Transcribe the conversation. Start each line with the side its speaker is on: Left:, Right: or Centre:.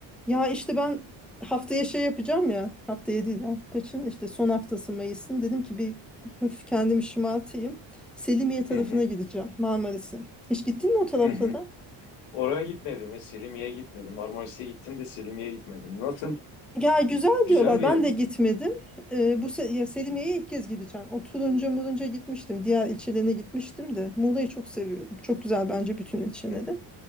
Centre: Ya işte ben haftaya şey yapacağım ya. Haftaya değil ha. Kaçın? İşte son haftası Mayıs'ın. Dedim ki bir hafif kendimi şımartayım. Selimiye tarafına
Left: Hı hı,
Centre: gideceğim. Marmaris'e. Hiç gittin mi o taraflara?
Left: hı hı. Oraya gitmedim ya Selimiye'ye gitmedim. Marmaris'e gittim de Selimiye'ye gitmedim. Nasıl?
Centre: Ya güzel
Left: Güzel
Centre: diyorlar.
Left: bir
Centre: Ben
Left: yer mi?
Centre: de gitmedim. Ee, bu se- ya Selimiye'ye ilk kez gideceğim. O Turunca Murunca gitmiştim. Diğer ilçelerine gitmiştim de. Muğla'yı çok seviyorum. Çok güzel bence bütün ilçeleri.
Left: Hı hı,